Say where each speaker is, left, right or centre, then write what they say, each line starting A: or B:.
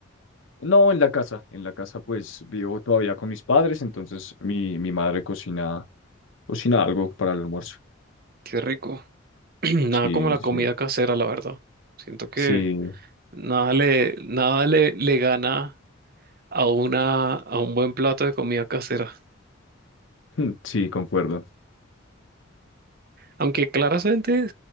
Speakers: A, on the left; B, on the right.
A: No, en la casa, en la casa pues vivo todavía con mis padres, entonces mi, mi madre cocina, cocina algo para el almuerzo.
B: Qué rico. <clears throat> Nada
A: Sí,
B: como la
A: sí,
B: comida casera, la verdad. Siento que
A: sí,
B: nada le, nada le, le gana a una, a un buen plato de comida casera.
A: mm, <laughs> sí, concuerdo.
B: Aunque claramente